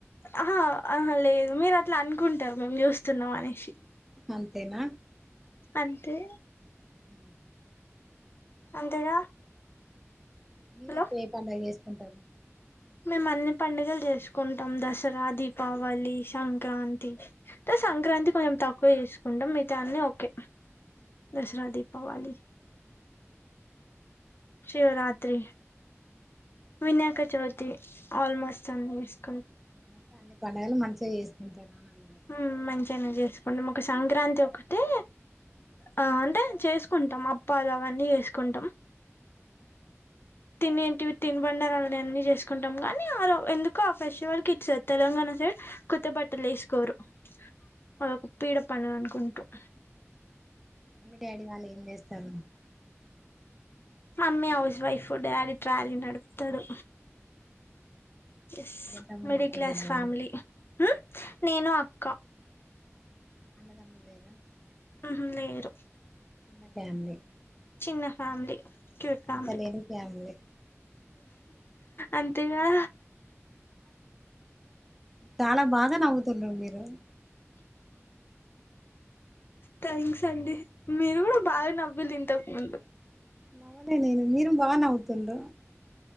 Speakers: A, on the left; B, in the centre.
A: ఆహ ఆహ లేదు మీరు అట్లా అనుకుంటారు మేము చూస్త స్తున్నాం అనేసి
B: అంతేనా
A: అంతే
B: హ
A: అంతేగా
B: మీరు
A: హలో
B: ఎక్కువ ఏ పండగ చేసుకుంటారు
A: మేము అన్ని పండుగలు చేసుకుంటాం దసరా దీపావళి సంక్రాంతి అంటే సంక్రాంతి కొంచెం తక్కువ చేసుకుంటాం మిగితాన్ని ఓకే దసరా దీపావళి శివరాత్రి వినాయక చౌతి ఆల్మోస్ట్ అన్స్ట్
B: అస్తే అన్ని పండుగలు మంచిగా చేసుకుంటారా అని
A: ఉమ్ మంచిగానే చేసుకుంటాం ఒక సంక్రాంతి ఒకటే అంటే చేసుకుంటాం అప్పాలు అవన్నీ చేసుకుంటాం తినేంటివి తిని బండారాలని అన్ని చేసుకుంటాం కాని ఆ ఎందుకో ఆ ఫెస్టివల్ కి ఇటు సైడ్ తెలంగాణ స కొత్త బట్టలు వేసుకోరు అదొక పీడ పండగ అనుకుంటారు
B: డాడీ వాళ్ళు ఏం చేస్తారు
A: mummy house wife daddy trolley నడుపుతాడు ఎస్
B: మీరు ఎంతమంది
A: మిడిల్
B: అక్క
A: క్లాస్
B: చెల్లెలు
A: ఫ్యామిలీ హూ నేను అక్క
B: అన్నదామ్ములు లేరా
A: హుహు లేరు
B: చిన్న ఫ్యామిలీ
A: చిన్న ఫ్యామిలీ క్యూట్
B: చింత
A: ఫ్యామిలీ
B: లేని ఫ్యామిలీ
A: అంతేగా
B: చాలా బాగా నవ్వుతున్నవ్ మీరు
A: థ్యాంక్స్ అండి మీరు కూడా బాగా నవ్విలు ఇంతకు ముందు
B: నవ్వలే నేను మీరు బాగా నవ్వుతుండు